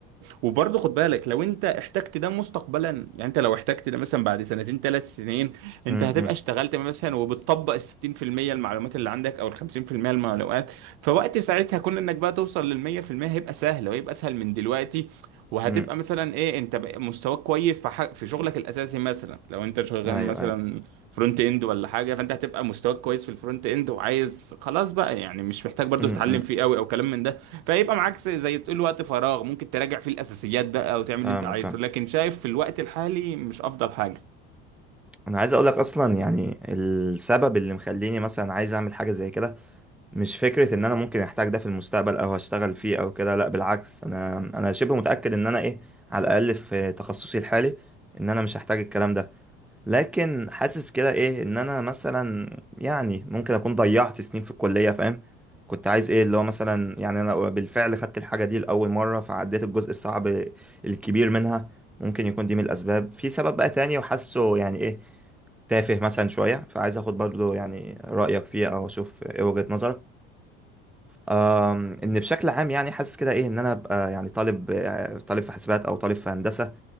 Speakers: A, on the right; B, in the centre.
A: وبرضه خد بالك لو انت احتجت ده مستقبلا يعني انت لو احتجت ده مثلا بعد سنتين ثلاث سنين
B: م-
A: انت
B: م-
A: هتبقى
B: م-
A: اشتغلت مثلا وبتطبق ال 60% المعلومات اللي عندك او ال 50% المعلومات فوقت ساعتها كون انك بقى توصل لل 100% هيبقى سهل وهيبقى اسهل من دلوقتي وهتبقى
B: م-
A: مثلا ايه انت بقى مستواك كويس في حق في شغلك الاساسي مثلا لو انت شغال
B: أيوه
A: مثلا
B: أيوه
A: فرونت اند ولا حاجه فانت هتبقى مستواك كويس في الفرونت اند وعايز خلاص بقى يعني مش محتاج برضو
B: م-
A: تتعلم
B: م.
A: فيه قوي او كلام من ده فيبقى معاك زي زي تقول وقت فراغ ممكن تراجع فيه الاساسيات بقى وتعمل اللي
B: فاهمك
A: انت عايزه
B: فاهم
A: لكن شايف في الوقت الحالي مش افضل حاجه
B: أنا عايز أقولك أصلا يعني السبب اللي مخليني مثلا عايز أعمل حاجة زي كده مش فكرة ان انا ممكن احتاج ده في المستقبل او هشتغل فيه او كده لا بالعكس انا انا شبه متأكد ان انا ايه على الاقل في تخصصي الحالي ان انا مش هحتاج الكلام ده لكن حاسس كده ايه ان انا مثلا يعني ممكن اكون ضيعت سنين في الكلية فاهم كنت عايز ايه اللي هو مثلا يعني انا بالفعل خدت الحاجة دي لأول مرة فعديت الجزء الصعب الكبير منها ممكن يكون دي من الاسباب في سبب بقى تاني وحاسه يعني ايه تافه مثلا شوية فعايز اخد برضو يعني رأيك فيه او اشوف ايه وجهة نظرك آم، ان بشكل عام يعني حاسس كده ايه ان انا ابقى يعني طالب آه، طالب في حاسبات او طالب في هندسه